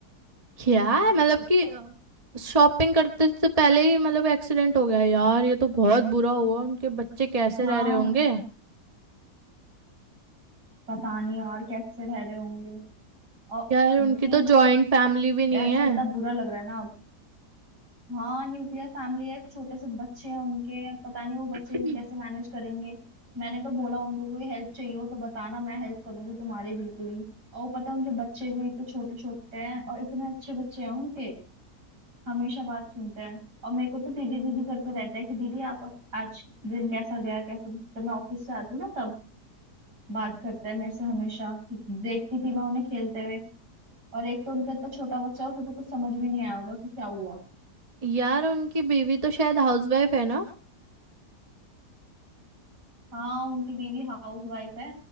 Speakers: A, on the right; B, on the right.
A: क्या है
B: गई
A: मतलब कि शॉपिंग करते से पहले ही मतलब एक्सीडेंट हो गया यार ये तो बहुत बुरा हुआ उनके बच्चे कैसे
B: हाँ
A: रह रहे होंगे
B: पता नहीं और कैसे रह रहे होंगे और
A: यार
B: उनकी
A: उनकी तो जॉइंट फैमिली भी नहीं
B: ऐसा
A: है
B: इतना बुरा लग रहा है ना हाँ न्यूक्लियर फैमिली है छोटे से बच्चे हैं उनके पता नहीं वो बच्चे
A: <clears throat>
B: कैसे मैनेज करेंगे मैंने तो बोला उनको कोई हेल्प चाहिए हो तो बताना मैं हेल्प करूंगी तुम्हारी बिल्कुल ही और वो पता है उनके बच्चे भी तो छोटे छोटे हैं और इतने अच्छे बच्चे हैं उनके हमेशा बात सुनते हैं और मेरे को तो दीदी दीदी करते रहता है कि दीदी आप आज दिन कैसा गया कैसे जब मैं ऑफिस से आती हूँ ना तब बात करते हैं मेरे से हमेशा देखती थी मैं उन्हें खेलते हुए और एक तो उनका इतना छोटा बच्चा है, उसे तो कुछ समझ भी नहीं आया होगा कि क्या हुआ
A: यार उनकी बीवी तो शायद हाउसवाइफ है ना
B: हाँ उनकी बीवी हाउस वाइफ है